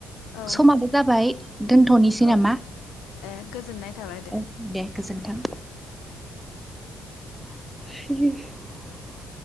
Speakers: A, on the left (about 70°); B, in the centre.
A: औ
B: समाबो जाबाय दोनथ'नोसै
A: औ
B: नामा
A: ए गोजोननाय थाबाय
B: औ दे गोजोन्थों। <inaudible>